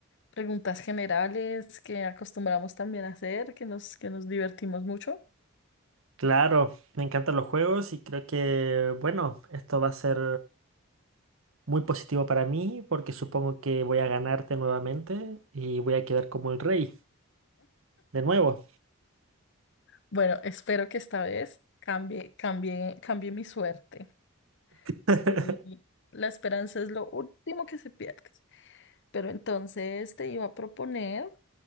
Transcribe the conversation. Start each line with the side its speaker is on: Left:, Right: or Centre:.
Left: preguntas generales que acostumbramos también a hacer, que nos, que nos divertimos mucho.
Right: Claro, me encantan los juegos y creo que, bueno, esto va a ser muy positivo para mí porque supongo que voy a ganarte nuevamente y voy a quedar como el rey, de nuevo.
Left: Bueno, espero que esta vez cambie, cambie, cambie mi suerte. Soy-
Right: <laughs>
Left: la esperanza es lo último que se pierde. Pero entonces te iba a proponer